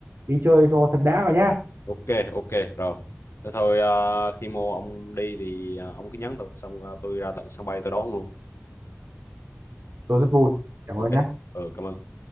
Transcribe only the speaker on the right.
đi chơi cho thật đã vào nhá
tôi rất vui cảm
ơn nhá